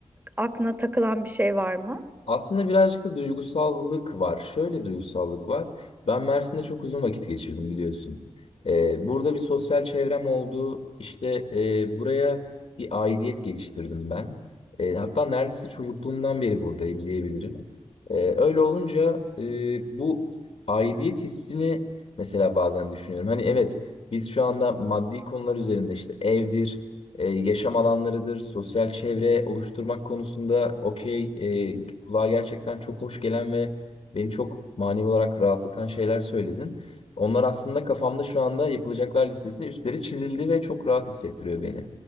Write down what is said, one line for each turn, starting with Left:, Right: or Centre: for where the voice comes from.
Right: aklına takılan bir şey var mı?
Left: Aslında birazcık da duygusallık var. Şöyle duygusallık var. Ben Mersin'de çok uzun vakit geçirdim biliyorsun. Ee, burada bir sosyal çevrem oldu. İşte e, buraya bir aidiyet geliştirdim ben. E, hatta neredeyse çocukluğumdan beri buradayım diyebilirim. E, öyle olunca e, bu aidiyet hissini mesela bazen düşünüyorum. Hani evet biz şu anda maddi konular üzerinde işte evdir, e, yaşam alanlarıdır, sosyal çevre oluşturmak konusunda okey, e, kulağa gerçekten çok hoş gelen ve beni çok manevi olarak rahatlatan şeyler söyledin. Onlar aslında kafamda şu anda yapılacaklar listesinde üstleri çizildi ve çok rahat hissettiriyor beni.